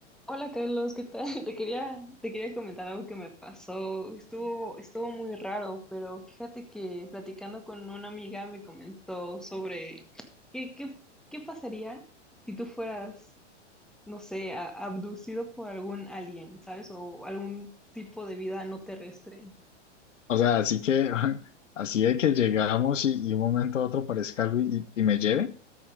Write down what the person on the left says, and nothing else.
O sea, así que, <laughs> así de que llegamos y, y un momento a otro parezca algo y, y me lleve.